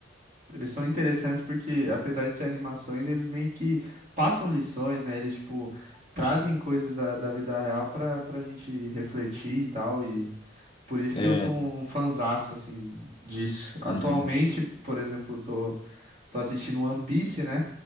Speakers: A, on the right (about 45°); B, on the left (about 25°).
A: eles são interessantes porque, apesar de ser animações, eles meio que passam lições, né, eles, tipo, trazem coisas da, da vida real pra, pra gente refletir e tal, e por isso
B: É.
A: que eu sou
B: É.
A: um fanzaço, assim, disso. Atualmente,
B: Uhum.
A: por exemplo, eu tô, tô assistindo One Piece, né,